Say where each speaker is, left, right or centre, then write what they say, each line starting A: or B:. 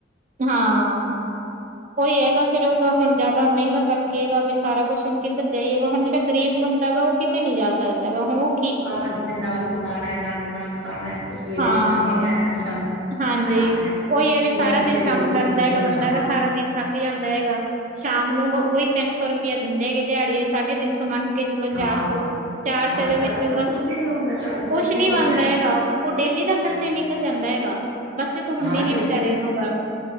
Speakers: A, on the right (about 40°); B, on the right (about 75°).
A: ਹਾਂ। ਓਈ ਹੈਗਾ ਫਿਰ ਉਦਾ ਹੁਨ ਜਾਦਾ ਮਹਿੰਗਾ ਕਰਕੇਗਾ ਵੀ ਸਾਰਾ ਕੁਛ ਹੁਨ ਕਿੱਧਰ ਜਾਈਏਗਾ, ਹੁਨ ਜੇੜਾ ਗਰੀਬ ਬੰਦਾ ਤਾ ਓ ਕਿਤੇ ਨੀ ਜਾ ਸਕਦਾ ਵਾ ਹਨਾ।
B: ਹਾਂ ਜਿਨੇ ਨਾਲ ਕਮਾਣਾ ਐ, ਨਾਲੋਂ ਨਾਲ ਖਾਣਾ ਐ, ਸਵੇਰੇ
A: ਹਾਂ
B: ਕਮਾ ਕੇ ਲਿਆਇਆ ਸ਼ਾਮੀ
A: ਹਾਂਜੀ,
B: ਖਾਣਾ
A: ਓਈ ਹੈ ਵੀ ਸਾਰਾ
B: ਉਹਨਾਂ ਵਾਸਤੇ
A: ਦਿਨ
B: ਵੀ
A: ਕੰਮ
B: ਦੇਖੋ ਕਿੰਨੀ
A: ਕਰਦਾ
B: ਮੁਸ਼ਕਿਲ
A: ਹੈਗਾ ਬੰਦਾ
B: ਹੈ। ਹਾਂ
A: ਹੈਗਾ ਸਾਰਾ ਦਿਨ ਥੱਕ ਜਾਂਦਾ ਹੈਗਾ। ਸ਼ਾਮ ਨੂੰ ਓਈ ਤਿੰਨ ਸੌ ਰੁਪਇਆ ਦਿੰਦੇ ਹੈਗੇ, ਦਿਹਾੜੀ ਸਾਢੇ ਤਿੰਨ ਸੌ ਮੰਨ ਕੇ ਚਲੋ
B: ਹਾਂ
A: ਚਾਰ ਸੌ, ਚਾਰ
B: ਹਾਂ
A: ਸੇ ਦੇ
B: ਚਾਰ
A: ਵਿੱਚ
B: ਸੌ ਦਾ
A: ਬਸ
B: ਕੁਛ ਵੀ ਨੀ ਹੁੰਦਾ ਚਾਰ ਸੌ
A: ਕੁਛ
B: ਦਾ ਕੀ
A: ਨੀ
B: ਹੁੰਦਾ
A: ਬਣਦਾ ਹੈਗਾ। ਓ ਡੇਲੀ ਦਾ ਖਰਚਾ
B: ਹਾਂ
A: ਈ ਨਿਕਲ ਜਾਂਦਾ ਹੈਗਾ। ਬੱਚਤ ਹੁੰਦੀ
B: ਹਾਂ
A: ਨੀ
B: ਡੇਲੀ
A: ਵਿਚਾਰੇ
B: ਦੇ,
A: ਨੂੰ ਗਾ